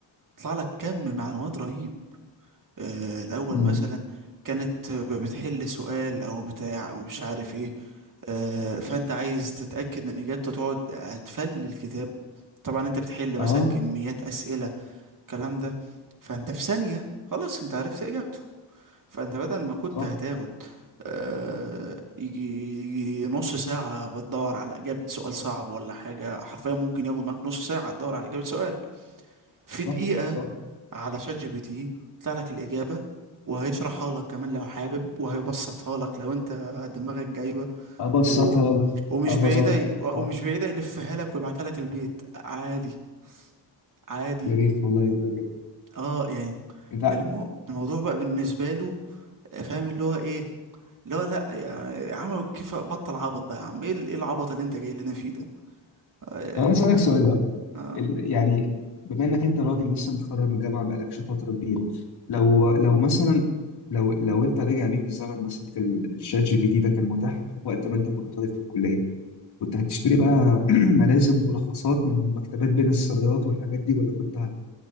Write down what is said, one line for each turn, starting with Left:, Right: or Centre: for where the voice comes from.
Right: يطلع لك كم معلومات رهيب آه، الأول
Left: امم
Right: مثلا كانت بتحل سؤال أو بتاع أو مش عارف إيه آه، فأنت عايز تتأكد من إجابته تقعد تفلي الكتاب طبعا أنت بتحل مثلا
Left: اه
Right: كميات أسئلة الكلام ده فأنت في ثانية خلاص أنت عرفت إجابته فأنت بدل ما كنت
Left: صح
Right: هتاخد آه، يجي يجي نص ساعة بتدور على إجابة سؤال صعب ولا حاجة حرفيا ممكن ياخد معاك نص ساعة تدور على إجابة سؤال في
Left: صح
Right: دقيقة
Left: صح
Right: على شات جي بي تي طلع لك الإجابة وهيشرحها لك كمان لو حابب وهيبسطها لك لو انت دماغك جايبة
Left: ابسطها
Right: و...
Left: لك
Right: ومش
Left: ابسطها
Right: بعيدة
Left: لك
Right: ي... ومش
Left: صح
Right: بعيدة يلفها لك ويبعتها لك البيت عادي عادي
Left: يا ريت والله يعملوا كده
Right: اه يعني
Left: انت عارف-
Right: المو... الموضوع بقى بالنسبة له آه، فاهم اللي هو ايه اللي هو لا يعني عمل كيف بطل عبط ده يا عم ايه ال- إيه العبط اللي انت جاي لنا فيه ده آه.
Left: طب انا اسالك سؤال
Right: آه.
Left: ال- يعني بما انك انت راجل لسه متخرج من الجامعه بقالكش فتره كبيره لو لو مثلا لو لو انت رجع بيك الزمن مثلا كان ال- الشات جي بي تي ده كان متاح وقت ما انت كنت طالب في الكليه كنت هتشتري بقى <clears throat> ملازم وملخصات من مكتبات بين السرايات والحاجات دي ولا كنت هت